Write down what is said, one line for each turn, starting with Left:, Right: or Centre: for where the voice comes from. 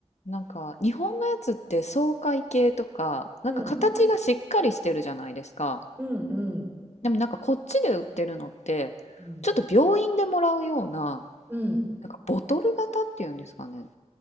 Left: なんか、日本のやつって爽快系とか、なんか形がしっかりしてるじゃないですか。
Right: うん。うん、うん、うん、
Left: でもなんかこっちで売ってるのって、
Right: うん。
Left: ちょっと病院でもらうような、
Right: うん
Left: なんかボトル型っていうんですかね。